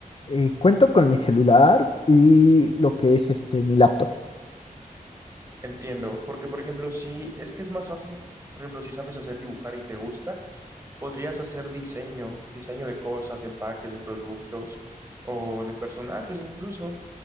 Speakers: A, on the left (about 40°); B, on the right (about 20°).
A: Eh, cuento con mi celular y lo que es este mi laptop.
B: Entiendo, porque por ejemplo, si es que es más fácil, por ejemplo, si sabes hacer dibujar y te gusta, podrías hacer diseño, diseño de cosas, de empaques, de productos o de personajes incluso.